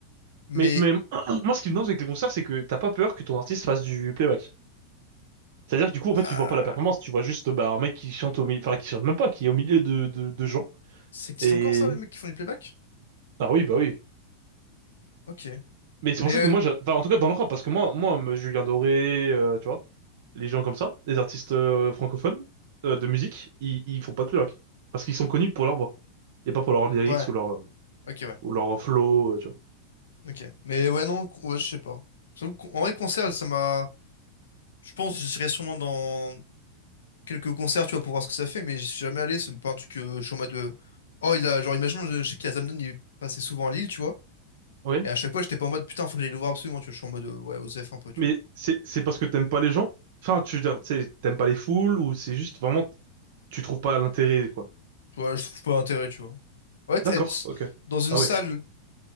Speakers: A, on the left (about 65°); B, on the right (about 50°).
A: Mais
B: Mais, mais <clears throat> moi, ce qui me dérange avec les concerts, c'est que t'as pas peur que ton artiste fasse du playback. C'est-à-dire que du coup, en fait,
A: euh,
B: tu vois pas la performance, tu vois juste bah, un mec qui chante au milieu... Enfin, qui chante même pas, qui est au milieu de, de, de gens.
A: ça existe
B: Et...
A: encore ça, les mecs qui font du playback?
B: Ah oui, bah oui.
A: Ok.
B: Mais c'est pour
A: Mais
B: ça
A: euh,
B: que moi, j'a- enfin, en tout cas, dans le rap, parce que moi, moi, me- Julien Doré, euh, tu vois, les gens comme ça, les artistes euh, francophones euh, de musique, ils, ils font pas de rock. Parce qu'ils sont connus pour leur voix. Et pas pour leurs lyrics
A: ouais,
B: ou leur,
A: ok, ouais,
B: ou leur flow, euh, tu vois.
A: ok. Mais ouais, non, con- ouais, je sais pas. J'avoue qu'en- En vrai, concert, ça m'a. Je pense, que j'irai sûrement dans quelques concerts, tu vois, pour voir ce que ça fait, mais je suis jamais allé, c'est pas un truc, euh, je suis en mode. euh, Oh, il a, genre, imaginons, je je sais qu'il y a Zamdan, il passait souvent à Lille, tu vois.
B: Ok.
A: Et à chaque fois, j'étais pas en mode putain, faut que j'aille le voir absolument, tu vois. Je suis en mode euh, ouais, Osef un peu, tu
B: Mais
A: vois.
B: c'est, c'est parce que t'aimes pas les gens. Enfin, tu veux dire, tu sais, t'aimes pas les foules ou c'est juste vraiment, tu trouves pas l'intérêt, quoi.
A: Tu vois, je trouve pas l'intérêt, tu vois. Ouais, t-
B: D'accord,
A: être
B: ok.
A: dans une
B: Ah
A: salle
B: ouais.